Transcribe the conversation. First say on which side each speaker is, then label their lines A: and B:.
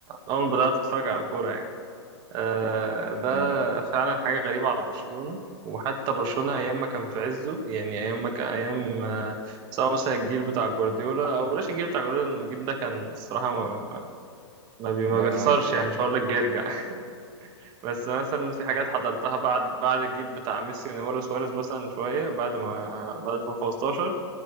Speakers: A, on the right (about 30°); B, on the right (about 45°).
A: اول ما بدأت اتفرج على كورة يعني. آه، ده
B: امم
A: فعلا حاجة غريبة على برشلونة وحتى برشلونة أيام ما كان في عزه يعني أيام ما كان أيام آه، سواء مثلا الجيل بتاع جوارديولا أو بلاش الجيل بتاع جوارديولا لأن الجيل ده كان الصراحة ما, ما, بي ما
B: ده
A: بيخسرش
B: آه،
A: يعني مش هقول لك بيرجع <laughs> بس مثلا في حاجات حضرتها بعد بعد الجيل بتاع ميسي ونيمار وسواريز مثلا شوية بعد ما آه، بعد 2015